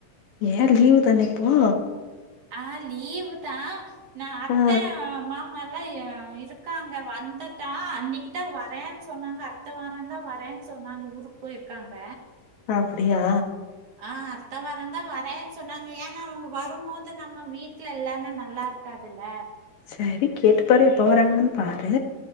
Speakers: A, on the left; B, on the right.
A: ஏ லீவு தான இப்போ
B: ஆ லீவு தா நா அத்த
A: ஆ
B: மாமால்லா அ இருக்காங் ங்க வந்துட்டா அன்னிக்கு தா வரேன் சொன்னாங்க அத்த வாரந்தா வரேன் சொன்னாங்க ஊருக் போய்ருக்காங்க
A: அப்படியா
B: ஆ அத்த வராந்தா வரே இப்ப நாங்க ஏன்னா அவங்க வரும்போது நம்ம வீட்ல இல்லனா நல்லாருக்காதுல
A: சரி கேட்டு பாரு எப்ப வராங்கன் பாரு